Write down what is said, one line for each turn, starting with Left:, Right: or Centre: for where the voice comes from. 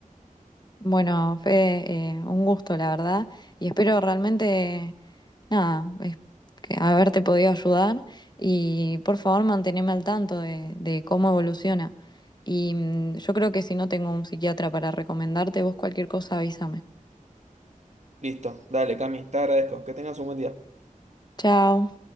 Left: Bueno, Fede, eh, un gusto, la verdad, y espero realmente, nada, es- que haberte podido ayudar y por favor manteneme al tanto de, de cómo evoluciona. Y mm, yo creo que si no tengo un psiquiatra para recomendarte, vos cualquier cosa avísame.
Right: Listo, dale, Cami, te agradezco. Que tengas un buen día.
Left: Chao.